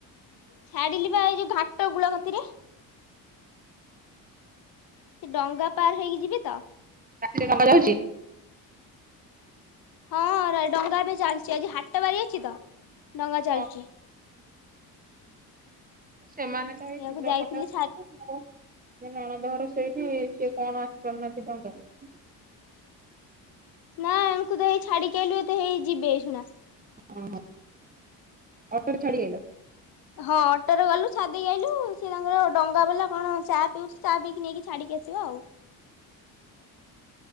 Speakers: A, on the left; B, on the right.
A: ଛାଡିଲି ବା ଏଇ ଯୋଉ ଘାଟ କୂଳ କତିରେ। ସେ ଡ଼ଙ୍ଗା ପାର ହେଇକି ଯିବି ତ।
B: ରାତି ରେ ଡ଼ଙ୍ଗା ଯାଉଚି?
A: ହଁ ଡ଼ଙ୍ଗା ଏବେ ଚାଲିଚି ଆଜି ହାଟ ବାରି ଅଛି ତ ଡ଼ଙ୍ଗା ଚାଲିଚି।
B: ହଁ ସେମାନେ ତ ଶୀଘ୍ର
A: ସେଇଆକୁ ଯାଇଥିଲି
B: ପଳେଇ <unintelligible>
A: ଛା
B: ମୋ ନଣଦ ଘର ସେଇଠି ସିଏ କଣ ଆସିପାରୁନାହାନ୍ତି କଣ ପାଇଁ।
A: ନା ଆଙ୍କୁ ତ ହେଇ ଛାଡିକ ଆଇଲୁ ଏ ତ ହେଇ ଯିବେ ଏଇସୁନା।
B: ହଁ ହଁ ଅଟୋରେ ଛାଡ଼ିକି ଆଇଲ?
A: ହଁ ଅଟୋରେ ଗଲୁ ଛାଡିଦେଇି ଆଇଲୁ ସେ ତାଙ୍କର ଡଙ୍ଗା ବାଲା କଣ ଚା ପିଉଚି ଚା ପିଇକି ନେଇକି ଛାଡିକି ଆସିବ ଆଉ।